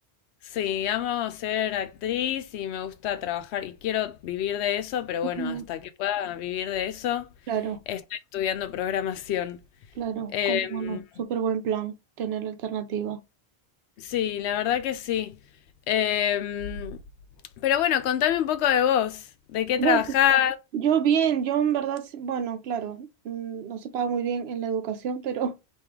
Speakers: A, on the left; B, on the right.
A: Sí, amo ser actriz y me gusta trabajar y quiero vivir de eso, pero
B: Ujú,
A: bueno, hasta que pueda vivir de eso,
B: Claro,
A: estoy estudiando programación.
B: claro,
A: Em,
B: cómo no. Súper buen plan tener la alternativa.
A: sí, la verdad que sí. Em, pero bueno, contame un poco de vos, de qué
B: Bueno,
A: trabajás.
B: yo bien, yo en verdad, sí- bueno, claro, mm, no se paga muy bien en la educación, pero